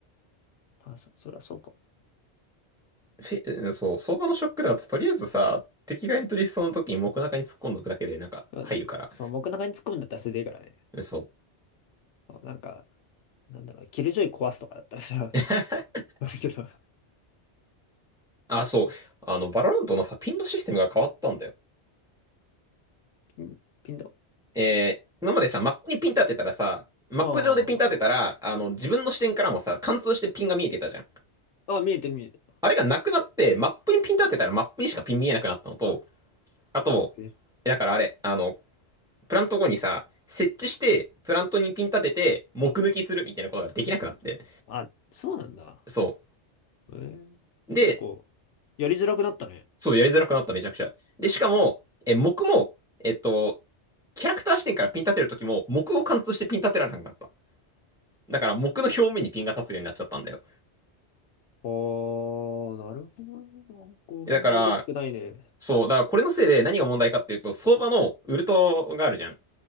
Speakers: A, on the left; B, in the centre.
A: あ、そ、それはそうかも。
B: フェ、うんそう、相場のショックだととりあえずさ、敵がエントリーしそうな時に木中に突っ込んどくだけでなんか入るから、
A: でもね、その僕の中に突っ込むんだったらそれでいいからね。
B: うんそう。
A: そうなんか、なんだろうね、キルジョイ壊すとかだったらさ、
B: <laughs>
A: <laughs> あるけど、
B: あ、そう。あの、バロラントのさ、ピンのシステムが変わったんだよ。
A: ピン、ピンだ。
B: えー、今までさ、マップにピン立てたらさ、マップ上でピン立てたら、
A: あ
B: あの、自分の視点からもさ、貫通してピンが見えてたじゃん。
A: あ、あ、見えてる見えて
B: あれがなくなって、マップにピン立てたらマップにしかピン見えなくなったのと、あと、
A: る。
B: だからあれ、あの、プラント後にさ、設置して、プラントにピン立てて、目抜きするみたいなことができなくなって。
A: なんかそうあ、そうなんだ。
B: そ
A: えー、
B: う。で、
A: なんか、やりづらくなったね。
B: そう、やりづらくなった、めちゃくちゃ。で、しかも、え、目も、えっと、キャラクター視点からピン立てるときも、目を貫通してピン立てられなくなった。だから、目の表面にピンが立つようになっちゃったんだよ。
A: あー、なるほどね。なんか、あんま嬉しくないね。
B: えだから、そう、だからこれのせいで何が問題かっていうと、相場のウルトがあるじゃん。